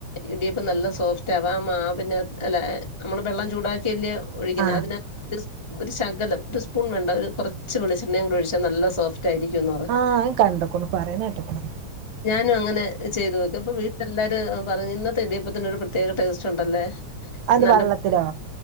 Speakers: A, on the left (about 30°); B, on the right (about 80°).
A: ഇടിയപ്പം നല്ല സോഫ്റ്റ് ആവാ ആമാവിനാത് അല്ല അമ്മള് വെള്ളം ചൂടാക്കി അല്ല്യേ ഒഴിക്കുന്നെ
B: ആ
A: അതിനാത് <unintelligible> ഒരു ശകലം ഒര് സ്പൂൺ വേണ്ട ഒരു കൊറച്ച് വെളിച്ചെണ്ണയും കൂടി ഒഴിച്ചാ നല്ല സോഫ് ട്ടായിരിക്കുംന്ന് പറഞ്ഞ്
B: ആ കണ്ടക്കണു പറയണ കേട്ടക്കണു
A: ഞാനും അങ്ങനെ ചെയ്തു ഓക്കിയപ്പോ വീട്ടിലെല്ലാരും പറഞ്ഞ് ഇന്നത്തെ ഇടിയപ്പത്തിനൊരു ഒരു പ്രത്യേക ടേസ്റ്റ് ഉണ്ടല്ലേ
B: അത്
A: നല്ല
B: വള്ളത്തിലോ